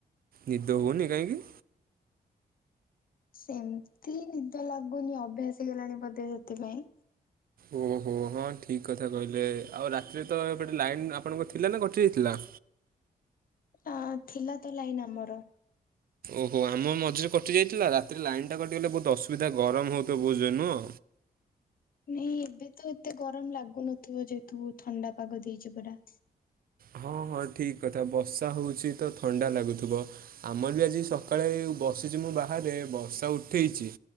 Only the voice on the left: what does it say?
ସେମତି ନିଦ ଲାଗୁନି ଅଭ୍ୟାସ ହେଇଗଲାଣି ବୋଧେ ସେଥିପାଇଁ।
ଆ ଥିଲା ତ ଲାଇନ ଆମର।
ନାଇଁ ଏବେ ତ ଏତେ ଗରମ ଲାଗୁନଥିବ ଯେହେତୁ ଥଣ୍ଡା ପାଗ ଦେଇଚି ପୁରା।